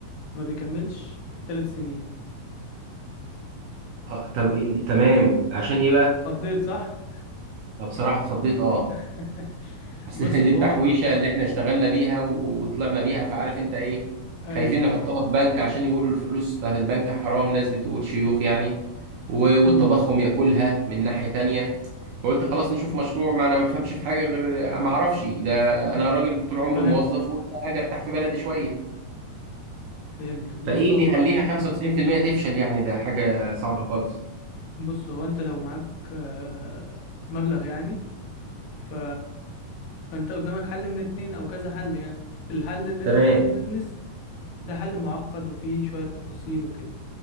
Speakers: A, on the left; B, on the right.
A: ما بيكملش الثلاث سنين
B: آه، طب إيه- تمام عشان ايه بقى؟
A: اتخضيت صح
B: أنا بصراحة اتخضيت اه
A: <laughs>
B: اصل
A: بص
B: <laughs> دي
A: هو
B: التحويشه اللي احنا اشتغلنا بيها و- وطلعنا بيها فعارف انت ايه
A: ايوه
B: خايفين
A: بالظبط
B: نحطها في بنك عشان يقولوا الفلوس بتاعت البنك حرام ناس بتقول شيوخ يعني و-
A: امم
B: والتضخم ياكلها من ناحيه تانية فقلت خلاص نشوف مشروع ما انا ما بفهمش في حاجه غير ما اعرفش ده انا راجل طول عمري
A: فهمتك
B: موظف وقلت اجي ارتاح في بلدي شويه
A: فهمتك بص
B: فايه
A: هو
B: اللي يخليها 95% تفشل يعني ده حاجه صعبه خالص
A: بص هو انت لو معاك آه، مبلغ يعني ف فانت قدامك حل من اتنين او كذا حل يعني الحل اللي
B: تمام
A: انت تعمل بيزنس ده حل معقد وفيه شوية تفاصيل وكده